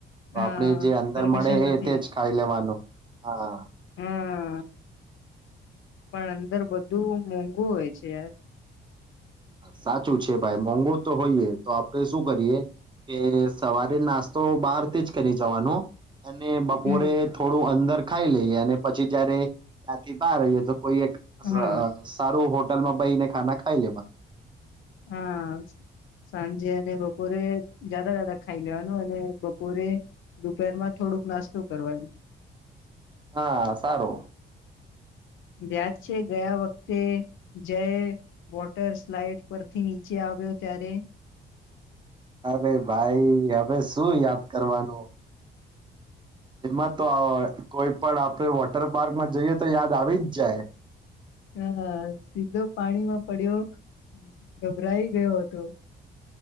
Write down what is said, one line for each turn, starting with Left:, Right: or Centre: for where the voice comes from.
Right: તો
Left: હા
Right: આપડે, જે અંદર
Left: પરમિશન
Right: મળે એ
Left: નથી
Right: તેજ ખાઈ લેવાનું હા.
Left: હા પણ અંદર બધું મોંઘું હોય, છે.
Right: સાચું છે, ભાઈ મોંઘુ તો હોઈએ તો આપડે શું કરીએ કે સવારે નાસ્તો બહાર થીજ કરી જવાનો. અને માબોડે
Left: હમ
Right: થોડું અંદર. ખાઈ લઈએ અને પછી જયારે, ત્યાંથી બહાર રઈએ તો. કોઈ એક આ
Left: હા
Right: સારું હો. હોલમાં બહી ને ખાના ખાઈ લેવા.
Left: હા, સાંજે અને બપોરે જાદા જાદા ખાઈ લેવાનું અને બપોરે, દપરમાં થોડુંક નાસ્તોું કરવાનું.
Right: હા સારું.
Left: વ્યાજ છે, ગયા વખતે જય વોટર સ્લાઈડ. પરરથી નીચે, આવ્યો ત્યારે.
Right: અરે ભાઈ હવે, શું યાદ કરવાનું. એમાં તો કોઈ પણ આપ. આપડ વોટર પાર્કમાં જઈએ, તો યાદ આવી જ જાય.
Left: હા હા, સીધો પાણીમાં પડ્યો ગભરાઈ ગયો હતો.